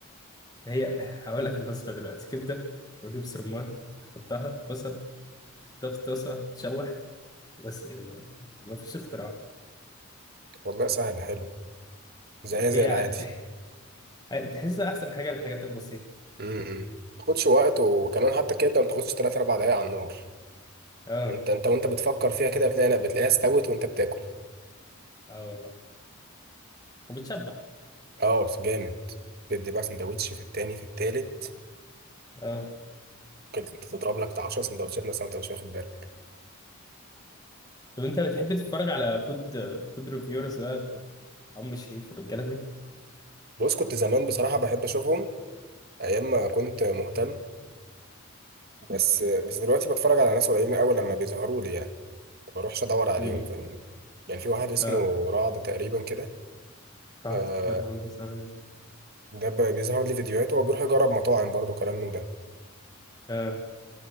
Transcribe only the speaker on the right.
والله سهله حلو زيها زي
العادي
امم ما تاخدش وقت وكمان حتى الكبده ما تاخدش 3 4 دقايق على النار
انت انت وانت بتفكر فيها كده بتلاقي لا بتلاقيها استوت وانت بتاكل
اه بس جامد تدي بقى سندوتش في التاني في التالت
كنت تضرب لك بتاع 10 سندوتشات مثلا انت مش واخد بالك
بص كنت زمان بصراحه بحب اشوفهم ايام ما كنت مهتم بس بس دلوقتي بتفرج على ناس قليلين قوي لما بيظهروا لي يعني ما بروحش ادور عليهم
فاهمني يعني في واحد اسمه
رعد تقريبا كده
آه
ده ب- بيظهر لي فيديوهاته وبيروح يجرب مطاعم برضه كلام من ده